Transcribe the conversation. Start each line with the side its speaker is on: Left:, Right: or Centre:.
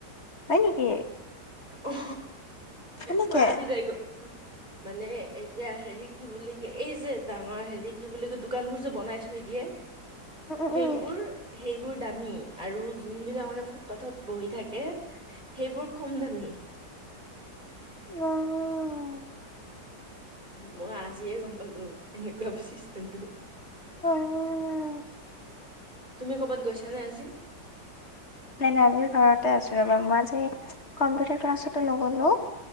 Left: হয় নেকি?
Right: অ',
Left: কেনেকে
Right: মই আজি যাই গ, মানে এতিয়া হেৰি কি বুলি ক এই যে ডাঙৰ হেৰি কি বুলি ক দোকানবোৰ যে বনাই থৈ দিয়ে।
Left: উম
Right: সেইবোৰ
Left: উম
Right: সেইবোৰ দামী আৰু যোনবিলাক মানে ফুটপাথত বহি থাকে সেইবোৰ কম দামী।
Left: অ'।
Right: মই আজিয়ে গম পালো এনেকুৱা চিচটেম টো।
Left: অ'।
Right: তুমি কৰ'বাত গৈছানে আজি?
Left: নাই নাই আজি ঘৰতে আছো ৰ'বা, মই আজি কম্পিউটাৰ ক্লাছতো নগলো।